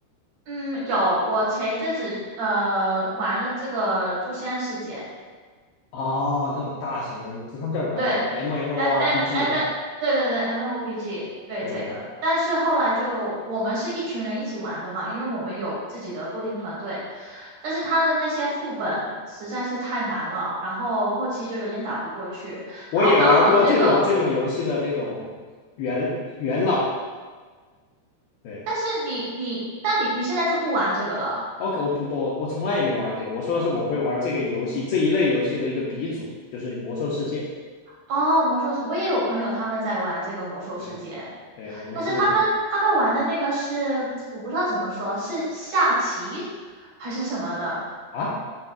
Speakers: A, on the right (about 60°); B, on the left (about 75°).
A: 嗯，有，我前一阵子呃玩了这个《诛仙世界》，
B: 哦，那种大型的，那他们叫什么来着？MMORPG。
A: 对，M M M，对对对，MMOPG，对这个。
B: 对对对，
A: 但是后来就我们是一群人一起玩的嘛，因为我们有自己的固定团队。但是他的那些副本实在是太难了，然后后期就有点打不过去。
B: 我也玩过这种这种游戏的那种元元老。
A: 然后刚好那个，
B: 对。
A: 但是你你，但你你现在就不玩这个了。
B: OK，我不不，我我从来也没玩这个。我说的是我会玩这个游戏这一类游戏的一个鼻祖，就是《魔兽世界》。
A: 哦，魔兽世，我也有朋友他们在玩这个魔兽世界，
B: 对对，我们是
A: 但是他们他们玩的那个是 <tsk> 我不知道怎么说，是下棋还是什么的。
B: 啊，